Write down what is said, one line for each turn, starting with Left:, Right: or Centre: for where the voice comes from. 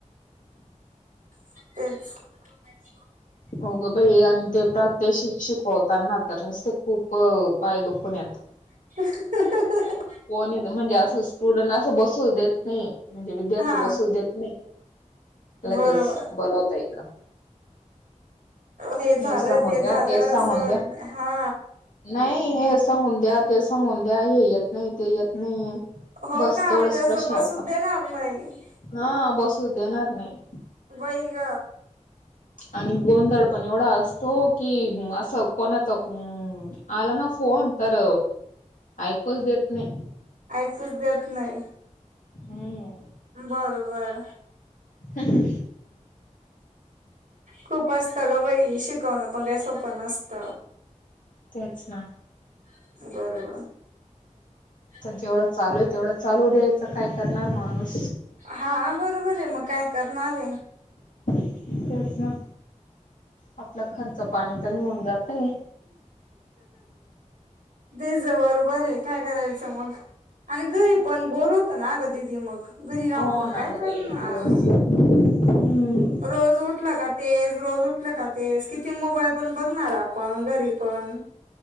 Right: <unintelligible>
Left: हो गं बाई आणि ते प्रत्यक शिक्षिक होताना तरच ते खूप पाय दुखत पुण्यात येत,
Right: <unintelligible>
Left: कोणी म्हणजे असं स्टुडंट असं बसूच देत नाही म्हणजे विद्यार्थी
Right: हा
Left: बसूच देत नाही लगेच
Right: बरोबर
Left: बलावता इकडं.
Right: हे झालं
Left: सांगून
Right: ते झालं
Left: द्या सांगून
Right: असं होत
Left: द्या
Right: नाही हा
Left: नाही हे सांगून द्या ते सांगून द्या हे येत नाही ते येत नाही.
Right: हो
Left: बस
Right: का
Left: तेवढाच
Right: म्हणजे असं
Left: प्रश्न
Right: बसूच
Left: असत
Right: देणार नाही
Left: हा बसू देणार नाही.
Right: बईग,
Left: आणि गोंधळ पण एवढा असतो कि असं कोणाचा अ आला ना फोन तर ऐकच देत नाही.
Right: ऐकच देत नाही
Left: हम्म
Right: बरोबर,
Left: हा ह,
Right: खूप असतं ग बाई शिकवणं पण काही सोप नसत,
Left: तेच ना,
Right: बरोबर
Left: तर जेवढं चालू आहे तेवढं चालू द्यायचं काय करणार माणूस
Right: हा बरोबर आहे मग काय करणार आहे
Left: तेच ना आपलं खर्च पाणी तर निऊन जातय
Right: तेच बरोबर आहे काय करायचं मग आणि घरी पण बोर होत ना अ गं दिदी मग घरी
Left: हो
Right: रावून पण
Left: ना
Right: काय
Left: ग
Right: करणार
Left: बाई दिवस हम्म.
Right: रोज उठला का तेच रोज उठल का तेस किती मोबाईल पण बघणार आपण घरी पण